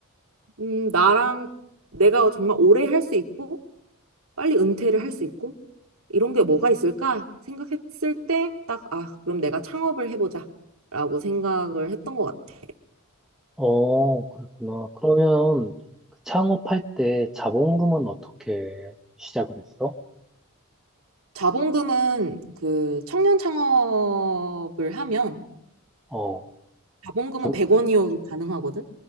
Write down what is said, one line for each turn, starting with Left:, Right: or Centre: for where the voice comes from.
Right: 음, 나랑 내가 정말 오래 할 수 있고 빨리 은퇴를 할 수 있고 이런 게 뭐가 있을까 생각했을 때 딱 아, 그럼 내가 창업을 해보자 라고 생각을 했던 것 같아.
Centre: 어, 그랬구나. 그러면 그 창업할 때 자본금은 어떻게 시작을 했어?
Right: 자본금은 그 청년 창업을 하면
Centre: 어.
Right: 자본금은
Centre: 정,
Right: 100원이어도 가능하거든.